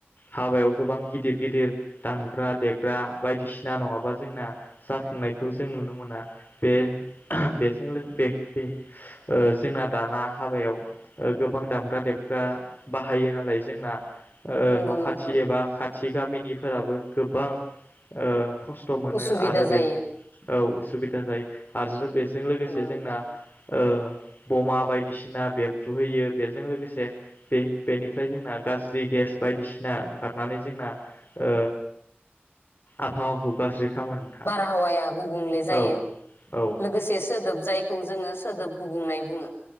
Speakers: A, on the left; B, on the left.
A: हाबायाव गोबां गिदिर गिदिर दामग्रा देग्रा बायदिसिना नङाबा जोंना जाफुंनायखौ जों नुनो मोना। बे-बेजों लो बे-बे ओ जोंना दाना हाबायाव गोबां दामग्रा देबग्रा बाहायो नालाय जोंना ओ
B: नंगौ
A: न'खाथि
B: नोंथां
A: एबा खाथि गामिनिफोराबो गोबां ओ खस्थ' मोनो
B: उसुबिदा
A: आरो
B: जायो
A: बेज औ उसुबिदा जायो आरो बेजों लोगोसे
B: नंगौ नोंथां
A: जोंना ओ बमा बायदिसिना बेरफ्रुहैयो। बेजों लोगोसे बे-बेनिफ्राय जोंना गाज्रि गेस बायदिसिना ओंखारनानै जोंना ओ आबहावाखौ गाज्रि खालामो नोंथां
B: बारहावाया गुबुंले
A: औ
B: जायो
A: औ
B: लोगोसे सोदोब जायखौ जोङो सोदोब गुबुंनाय बुङो।